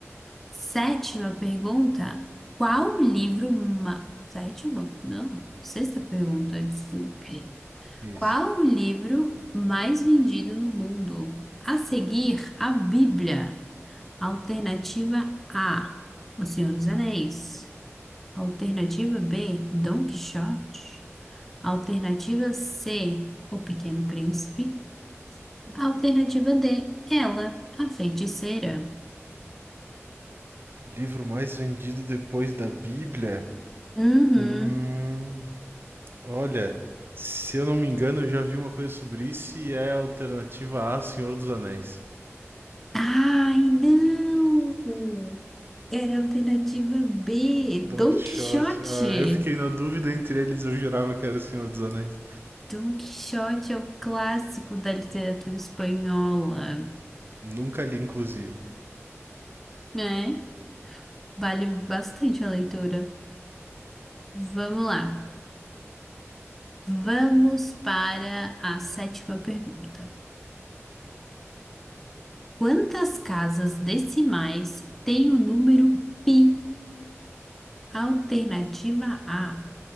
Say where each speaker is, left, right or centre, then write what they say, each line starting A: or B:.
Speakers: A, in the centre; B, on the right.
A: Sétima pergunta. Qual o livro ma... Sétima? Não. Sexta pergunta, desculpe.
B: Isso.
A: Qual o livro mais vendido no mundo? A seguir, a Bíblia. Alternativa A, O Senhor dos Anéis. Alternativa B, Dom Quixote. Alternativa C, O Pequeno Príncipe. Alternativa D, Ela, a Feiticeira.
B: Livro mais vendido depois da Bíblia?
A: Uhum.
B: Hum, olha, se eu não me engano, eu já vi uma coisa sobre isso e é a alternativa A, Senhor dos Anéis.
A: Ai, não! Era a alternativa B,
B: Don
A: Dom
B: Quixote.
A: Quixote.
B: Ah, eu fiquei na dúvida entre eles, eu jurava que era o Senhor dos Anéis.
A: Don Quixote é o clássico da literatura espanhola,
B: Nunca li, inclusive.
A: né? Vale bastante a leitura. Vamos lá. Vamos para a sétima pergunta. Quantas casas decimais tem o número pi? Alternativa A,